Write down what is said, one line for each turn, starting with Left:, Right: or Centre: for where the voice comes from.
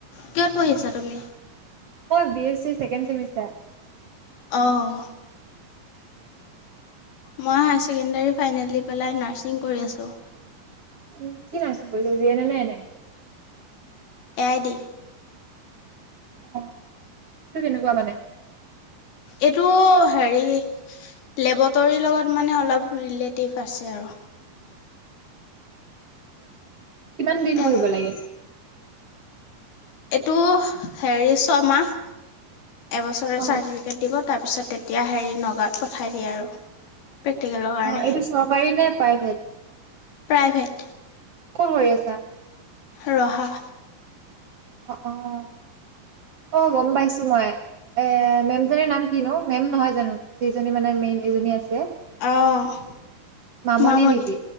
Left: কিহত পঢ়ি আছা তুমি?
Right: মই বি এছ চি ছেকেডছেমিষ্টাৰ।
Left: অহ মই হায়াৰ ছেকেন্ডাৰি ফাইনেল দি পেলাই নাৰ্ছিং কৰি আছোঁ।
Right: উম কি নাৰ্ছিং কৰিচা যি এনেম নে এনম।
Left: এআইদি।
Right: অ' সেইটো কেনেকুৱা মানে?
Left: এইটো হেৰি লেবটৰীৰ লগত মানে অলপ ৰিলেটিভ আছে আৰু।
Right: কিমান দিন
Left: তেনেকুৱা
Right: কৰিব লাগে?
Left: এইটো হেৰি ছমাহ এবছৰে
Right: অ
Left: চাৰ্টিফিকেট দিব। তাৰপিছত তেতিয়া হেৰি নগাঁওত পঠাই দিয়ে আৰু। প্ৰেক্টিকেলৰ কাৰণে
Right: অ' এইটো চৰকাৰি নে? প্ৰাইভেট
Left: প্ৰাইভেট
Right: কত হৈ আছে?
Left: ৰহা।
Right: অ' অ' অ গম পাইছো মই। এ' মেম জনীৰ নাম কিনো মেম নহয় জানো যিজনী মানে মেইন এইজনী আছে।
Left: অ'
Right: মামনি
Left: মামণি,
Right: নেকি?